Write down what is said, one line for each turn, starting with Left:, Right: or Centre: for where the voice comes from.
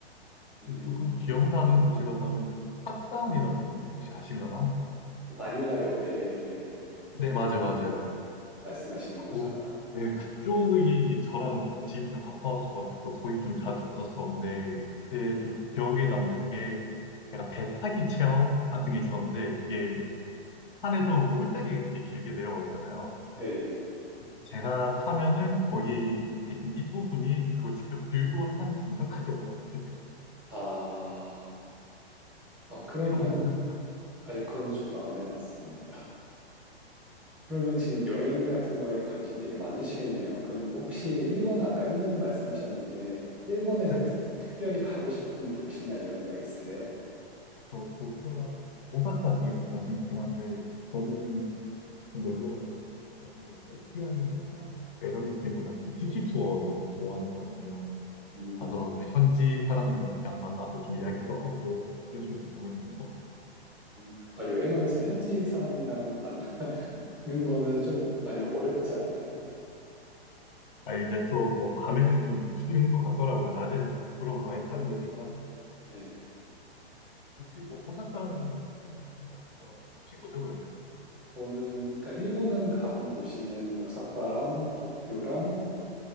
Centre: 음,
Left: 근데 조금 기억나는 곳이라고 하면은, 학산이라고 혹시 아시려나?
Centre: 마닐라 옆에
Left: 네, 맞아요,
Centre: 있는
Left: 맞아요.
Centre: 걸 말씀하시는
Left: 거,
Centre: 거죠. 아,
Left: 네, 그쪽이 저랑 집이 좀 가까웠어가지고, 거기 좀 자주 갔었었는데, 그때 좀 기억에 남는 게, 약간 배 타기 체험 같은 게 있었는데, 그게
Centre: 음,
Left: 산에서 꼴짝이 이렇게 길게 내려와 있잖아요.
Centre: 네네.
Left: 제가 타면은 거기 계신 인부분이 그걸 직접 들고 산 정상까지 올라가시는
Centre: 아, 어,
Left: <laughs>
Centre: 그러면,
Left: 이런 거 해보셨어요?
Centre: 아니, 그거는 저도 안 해봤습니다. 그러면 지금 여행 같은 거에 관심 되게 많으시겠네요. 그럼 혹시 일본, 아까 일본 말씀하셨는데, 일본에서
Left: 네,
Centre: 특, 특별히 가고 싶은 도시나 이런 데가 있으세요?
Left: 저 도쿄랑 오사카 쪽에 좀 관심 있긴 한데 저는 좀 놀러 가는 스타일이 사실 약간 휴양지나 약간 이런 느낌보다는 좀 시티 투어를 좋아하는 편이에요.
Centre: 음,
Left: 가서 좀 현지 사람들이랑 만나서 좀 이야기도 하고 이런 식으로 좋아하긴 해서
Centre: 음. 아, 여행하면서 현지 사람이랑 만나는 <laughs> 거는 좀 많이 어렵지 않나요?
Left: 아 이제 또 뭐 밤에는 좀 쉬운 것 같더라고요. 낮에는 좀 부끄러움을 많이 타는데 제가
Centre: 네네.
Left: 혹시 뭐 오사카랑 그러면 도쿄 두군데 다 갔다 와- 오신 거죠, 그러면?
Centre: 저는, 그러니까 일본은 가본 도시는 오사카랑 도쿄랑,